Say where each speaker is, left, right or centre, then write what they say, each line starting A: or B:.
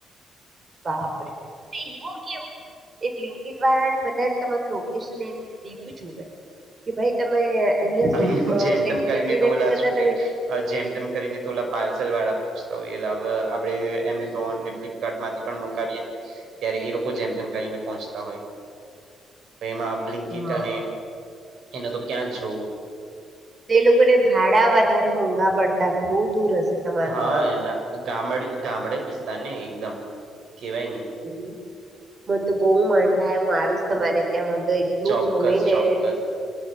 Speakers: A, on the right; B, on the right.
A: બાપરે એવું કેવું. એક લીનકીટ વાળાને બધાને તમારું લોકેશન એમ દેવું જ હોએ કે ભાઈ. તમે અહિયાં
B: અહિયાં
A: સુધી અ
B: જેમ
A: અમને
B: તેમ
A: ડિલવરી
B: કરીને તો
A: નથી
B: ઓલા
A: કરતા
B: શું કે
A: તમે.
B: જેમ તેમ કરીને તો ઓલા પાર્સલ વાળા પૂછતા હોય એલેવે આપડ એમેઝોન ને્લ. કાર્ટ માંથી પણ મંગાવીએ ત્યારે એ લોકો જેમ તેમ કરીને પહોંચતા હોય. તો એમાં બ્લિંકટ
A: હા.
B: અને એને તો ક્યાં જ જોવું.
A: તે એ લોકોને ભાડા વધારે મોંઘા પડતા બહુ દૂર. હશે તમારું
B: હા
A: આમ.
B: એના ગામડ ગામડે વિસ્તાર ને એકદમ કેવાય નને
A: હહ મનતો બહુ મન થાય હું આવીશ તમારે ત્યાં મ તો
B: ચોક્કસ
A: ું ગમે ને
B: ચોક્કસ